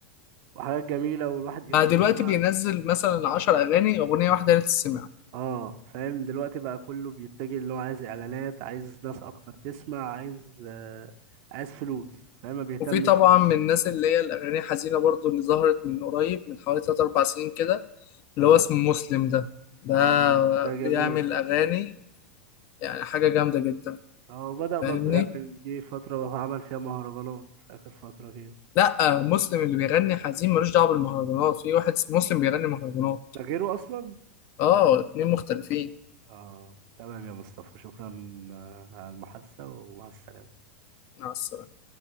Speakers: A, on the right; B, on the left.
A: وحاجات جميلة والواحد يفضل
B: بقى دلوقتي
A: يسمعها
B: بينزل مثلا 10 اغاني اغنية واحدة تتسمع
A: اه فاهم دلوقتي بقى كله بيتجه اللي هو عايز اعلانات عايز ناس اكتر تسمع عايز آه عايز فلوس فاهم ما بيهتمش
B: وفي طبعا من الناس اللي هي الاغاني حزينة برضو اللي ظهرت من قريب من حوالي 3 4 سنين كده اللي
A: اه
B: هو اسمه مسلم ده ده
A: اه عارف ده
B: بيعمل
A: جميل
B: اغاني يعني حاجة جامدة جدا
A: اه وبدأ برضه
B: فاهمني
A: يعمل جه فترة عمل فيها مهرجانات في آخر فترة كده
B: لا مسلم اللي بيغني حزين ملوش دعوه بالمهرجانات في واحد اسمه مسلم بيغني مهرجانات
A: ده غيره أصلا
B: اه اتنين مختلفين
A: اه تمام يا مصطفى شكرا آه، على المحادثة ومع السلامة
B: مع السلامه